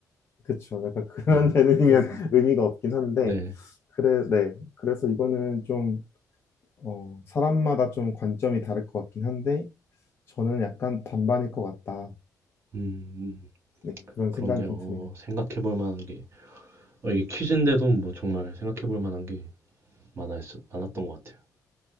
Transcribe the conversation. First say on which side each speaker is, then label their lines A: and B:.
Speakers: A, on the left; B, on the right.
A: 그쵸. 약간 그런
B: 네.
A: 재능이면
B: 그러니까,
A: <laughs> 의미가 없긴 한데,
B: 네.
A: 그래, 네. 그래서 이거는 좀, 어, 사람마다 좀 관점이 다를 것 같긴 한데, 저는 약간 반반일 것 같다.
B: 음, 음,
A: 네, 그런
B: 그러네요.
A: 생각이 좀
B: 어,
A: 드네요.
B: 생각해 볼 만한 게, 어, 이게 퀴즈인데도 뭐 정말 생각해 볼 만한 게 많았, 많았던 것 같아요.